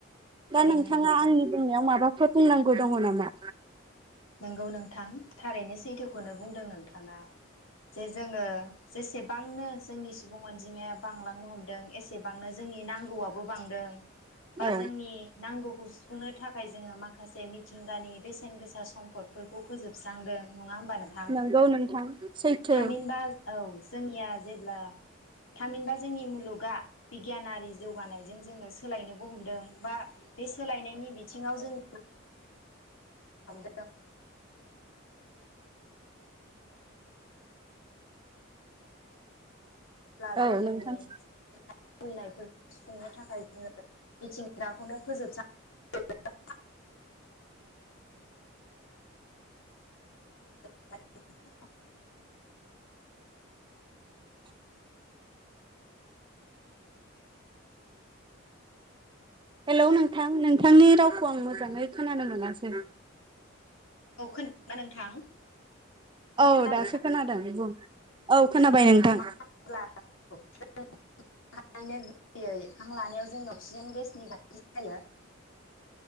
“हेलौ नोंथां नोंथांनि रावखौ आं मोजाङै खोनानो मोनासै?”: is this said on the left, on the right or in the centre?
Right